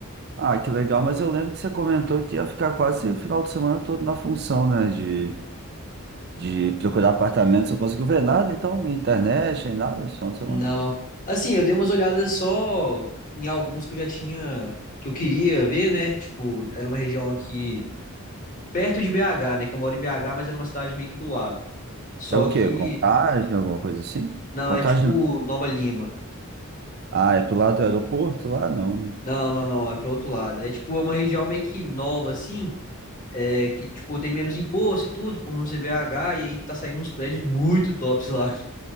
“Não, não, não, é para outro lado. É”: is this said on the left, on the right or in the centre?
Left